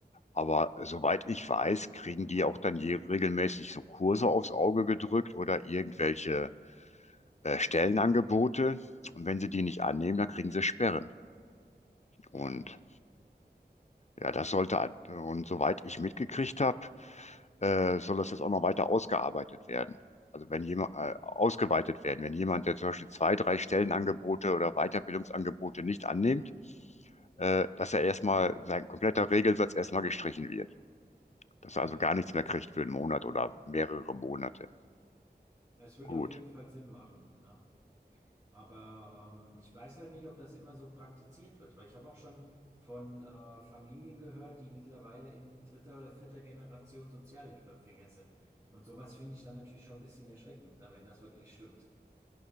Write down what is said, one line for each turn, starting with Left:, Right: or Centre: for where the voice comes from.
Left: Aber soweit ich weiß, kriegen die auch dann je regelmäßig so Kurse aufs Auge gedrückt oder irgendwelche äh, Stellenangebote. Und wenn sie die nicht annehmen, dann kriegen sie Sperren.
Right: ja.
Left: Und Ja, das sollte, und soweit ich mitgekriegt habe, äh, soll das jetzt auch noch weiter ausgearbeitet werden. Also wenn jemand, äh, ausgeweitet werden, wenn jemand, der zum Beispiel zwei, drei Stellenangebote oder Weiterbildungsangebote nicht annimmt, äh, dass er erstmal, sein kompletter Regelsatz erstmal gestrichen wird. Dass
Right: Ja,
Left: er also gar nichts mehr kriegt für einen Monat oder mehrere Monate.
Right: es wird
Left: Gut.
Right: auf jeden Fall Sinn machen, ne? Aber ähm, ich weiß halt nicht, ob das immer so praktiziert wird, weil ich habe auch schon von äh, Familien gehört, die mittlerweile in dritter oder vierter Generation Sozialhilfeempfänger sind. Und sowas finde ich dann natürlich schon ein bisschen erschreckend, na, wenn das wirklich stimmt.